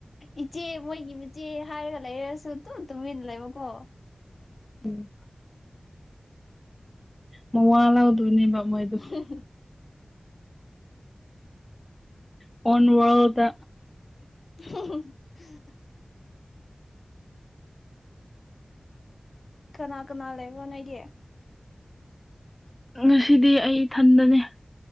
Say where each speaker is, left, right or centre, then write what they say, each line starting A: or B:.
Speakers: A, on the left; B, on the left.
A: ꯏꯆꯦ ꯃꯣꯏꯒꯤ ꯃꯆꯦ ꯍꯥꯏꯔꯒ ꯂꯩꯔꯁꯨ ꯇꯨꯝ ꯇꯨꯝꯃꯤꯟꯅ ꯂꯩꯕꯀꯣ
B: ꯎꯝ ꯃ ꯋꯥ ꯂꯧꯥꯎꯗꯣꯏꯅꯦꯕ ꯃꯣꯏꯗꯣ
A: ꯍ
B: ꯐꯣꯟꯣꯟ ꯋꯥꯗ
A: <unintelligible> ꯀꯅꯥ ꯀꯅꯥ ꯂꯩ ꯐꯅꯒꯌꯦ
B: ꯉꯁꯤꯗꯤ ꯑꯩ ꯊꯟꯕꯅꯦ